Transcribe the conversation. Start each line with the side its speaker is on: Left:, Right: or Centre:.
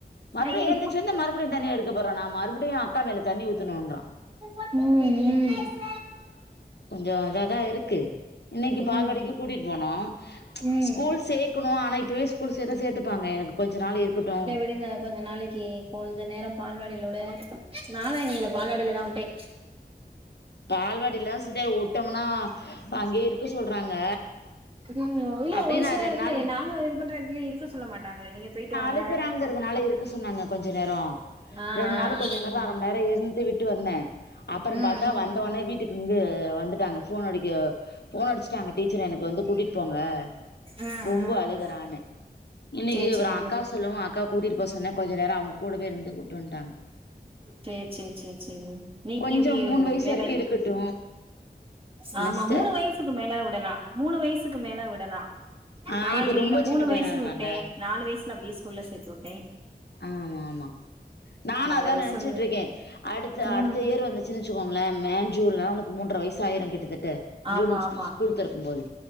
Left: மறுபடியு
Right: ஐயயோ
Left: எழுந்துச்சு வந்து மறுபடியு தண்னி எடுத் க்க போறனா மறுபடியு அக்கா மேல தண்ணி ஊத்தணுன்றா
Right: ம் ம்
Left: கொஞ்சோ அதா தா இருக்கு இன்னைக்கி
Right: ம்
Left: பால்வாடிக்கி கூட்டிட் போனோ
Right: ம்
Left: ஸ்கூல் சேக்கணு ஆனா இப்பவே ஸ்கூல் சேத்தா சேத்துப்பாங்க எனக்கு கொஞ்ச நாள் இருக்கட்டு
Right: இருங்க கொஞ்ச நாளைக்கி கொஞ்ச நேரோ பால்வாடில விட நாலா இவிங்கள பால்வாடில தா வுட்டே
Left: பால்வாடில்லலா சத்யா உட்டோம்னா அங்கேயே இருக்க சொல்றாங்க
Right: ம் இல்ல
Left: அப்டியே
Right: ஒரு
Left: நான்
Right: சில
Left: ரெண்டு
Right: எடத்துல
Left: நாள்
Right: நாங்க இது பண்ற எடத்துலயே இருக்க சொல்ல மாட்டாங்களே நீங்க போயிட்டு வாங்க
Left: இருக்கரங்கிறதுனால இருக் இருக்க சொன்னாங்க கொஞ்ச நேரோ
Right: ஆ
Left: ரெண்டு
Right: ஆ
Left: நாளு கொஞ்ச நேரோ அர மண் நேரம் இருந்து விட்டு வந்தே அப்பறப்
Right: ம் ம்
Left: பாத்
Right: ம்
Left: வந்தவோனே வீட்டுக்கு இங்கு வந்துட்டாங்க ஃபோன் அடிக்க ஃபோன் அடுச்சுட்டாங்க டீச்சர் எனக்கு வந்து கூட்டிட்டு போங்க
Right: ம்
Left: ரொம்ப
Right: ம்
Left: அழுகுறானு இன்னைக்கி
Right: சேரி
Left: அப்பறோ
Right: சேரி சேரி
Left: அக்கா சொல்லவு அக் அக்கா கூட்டிட்டு போ சொன்னே கொஞ்ச நேரோ அவுங்க கூடவே இருந்து கூட்டுவன்ட்டாங்க
Right: சேர் சேர் சேர் சேரி வீட்ல
Left: கொஞ்சோ
Right: எப்டி
Left: மூணு வயசு
Right: வேலை
Left: வரைக்கு இருக்கட்டு என்ன
Right: ஆமா
Left: சிஸ்டர்
Right: மூணு வயசுக்கு மேல விடலா மூணு வயசுக்கு மேல விடலா
Left: ஆ
Right: நா
Left: இப்ப
Right: இவிங்கள
Left: ரொம்ப
Right: மூணு
Left: சின்ன பையனா
Right: வயசுக்கு
Left: இருக்கான்ல
Right: வுட்டே நாலு வயசுல அப்டியே ஸ்கூல்ல சேத்துவுட்டே
Left: ஆமா ஆமா நானு அதா
Right: ஒரு வருஷோ
Left: நெனச்சுட்டு இருக்கே அடுத்த
Right: ம்
Left: அடுத்த இயர் வந்து ச்சுங்கோங்களே மேன் ஜூன்லா அவனுக்கு மூன்ற வயசாயிரு கிட்டத்தட்ட
Right: ஆமா
Left: ஜூன்
Right: ஆமா
Left: ஸ்கூல் தெறக்கும் போது